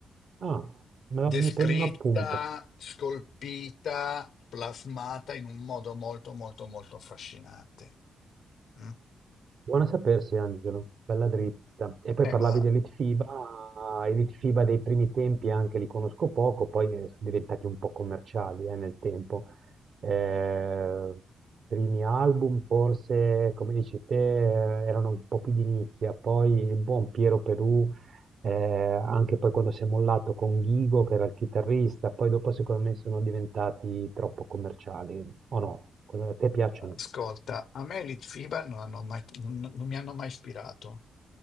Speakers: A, on the right (about 55°); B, on the left (about 70°).
A: Ah, me la-
B: Descritta,
A: mi prendo un appunto.
B: scolpita, plasmata in un modo molto molto molto affascinante. Mm.
A: Buona sapersi, Angelo, bella dritta. E poi
B: Eh,
A: parlavi
B: ma
A: dell'Elite FIBA, Elite FIBA dei primi tempi anche li conosco poco, poi eh, sono diventati un po' commerciali eh, nel tempo. Eh, primi album forse, come dici te, eh, erano un po' più di nicchia, poi il buon Piero Perù, eh, anche poi quando si è mollato con Ghigo, che era il chitarrista, poi dopo secondo me sono diventati troppo commerciali, o no? Cosa- A te piacciono?
B: Ascolta, a me i Litfiba non, hanno mai- non- non mi hanno mai ispirato,